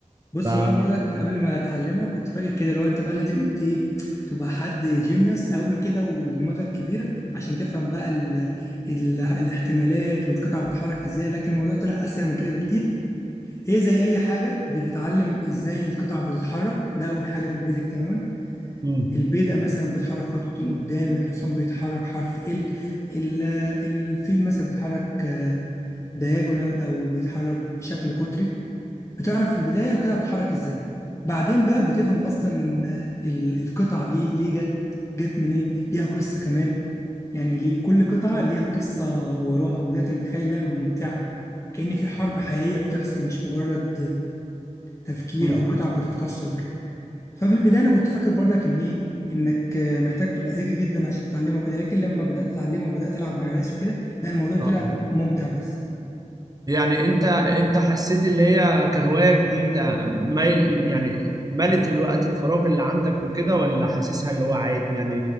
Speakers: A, on the left (about 20°); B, on the right (about 30°).
A: بص
B: ف
A: هو انا برضك قبل ما اتعلمها كنت فاكر كده لو انت بقى لازم ت- ايه تبقى حد جينيوس قوي كده ودماغك كبيره عشان تفهم بقى ال... ال... الاحتمالات والقطع بتتحرك ازاي لكن الموضوع طلع اسهل من كده بكتير هي زي اي حاجه بتتعلم ازاي القطع بتتحرك ده اول حاجه في البيزك تماما
B: امم
A: البيدق مثلا بتتحرك خطوتين قدام الحصان بيتحرك حرف ال ال- الفيل مثلا بيتحرك دياجونال او بيتحرك بشكل قطري بتعرف في البدايه القطع بتتحرك ازاي بعدين بقى بتفهم اصلا ال- القطع دي ليه جت جت منين ليها قصه كمان يعني ليه كل قطعه ليها قصه وراها وده اللي بيخلي اللعبه ممتعه كأن في حرب حقيقيه بتحصل مش مجرد تفكير
B: امم
A: او قطع بتتكسر وكده ففي البدايه انا كنت فاكر برضك ان ايه انك آه، محتاج تبقى ذكي جدا عشان تتعلمه وكده لكن لما بدات اتعلمه وبدات العب مع ناس وكده لا الموضوع طلع
B: اه آه.
A: ممتع بس
B: يعني انت انت حسيت اللي هي كهواية جديدة ميل يعني ملت الوقت الفراغ اللي عندك وكده ولا حاسسها اللي هو عادي يعني